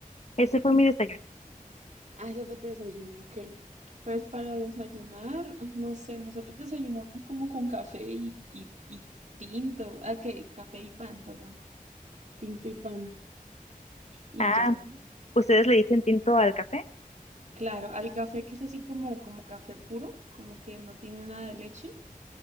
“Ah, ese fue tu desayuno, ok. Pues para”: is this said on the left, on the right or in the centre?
Right